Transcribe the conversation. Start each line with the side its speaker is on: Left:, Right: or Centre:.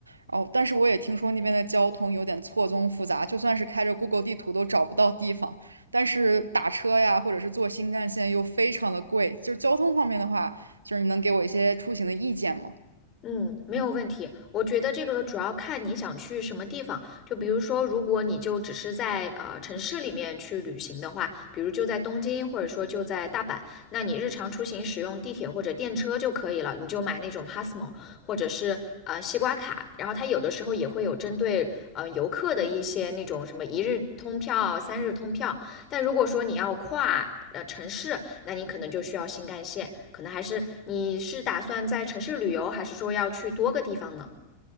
Right: 然后但是我也听说那边的交通有点错综复杂，就算是开着 Google 地图都找不到地方，但是打车呀，或者是坐新干线又非常的贵，就是交通方面的话，就是你能给我一些出行的意见吗？
Left: 嗯，没有问题。我觉得这个主要看你想去什么地方。就比如说，如果你就只是在呃城市里面去旅行的话，比如就在东京，或者说就在大阪，那你日常出行使用地铁或者电车就可以了。你就买那种 Passmo 或者是呃西瓜卡，然后它有的时候也会有针对呃游客的一些那种什么一日通票、三日通票，但如果说你要跨呃城市，那你可能就需要新干线，可能还是你是打算在城市旅游，还是说要去多个地方呢？